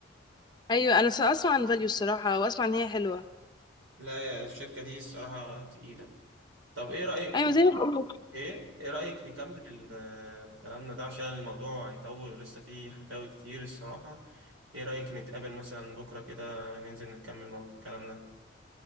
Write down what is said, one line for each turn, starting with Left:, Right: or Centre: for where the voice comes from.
Left: ايوه انا س- اسمع عن فاليو الصراحة واسمع ان هي حلوة
Right: لا يا الشركة دي الصراحة تقيلة طب إيه رأيك
Left: ايوه زي ما بقول
Right: إيه إيه رأيك نكمل ال- آه، كلامنا ده عشان الموضوع هيطول ولسه فيه حكاوي كتير الصراحة إيه رأيك نتقابل مثلا بكرة كده ننزل نكمل موضوع- كلامنا